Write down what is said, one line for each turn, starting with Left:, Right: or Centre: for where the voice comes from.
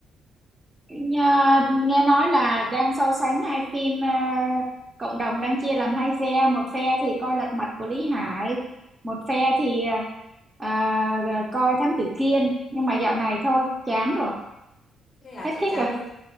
Right: nhà- nghe nói là đang so sánh hai phim ờ, cộng đồng đang chia làm hai phe, một phe thì coi Lật Mặt của Lý Hải, một phe thì ờ, ờ, coi Thám Tử Kiên, nhưng mà dạo này thôi, chán rồi,
Left: Thế là
Right: hết
Left: chị
Right: thích
Left: chán
Right: rồi
Left: rồi.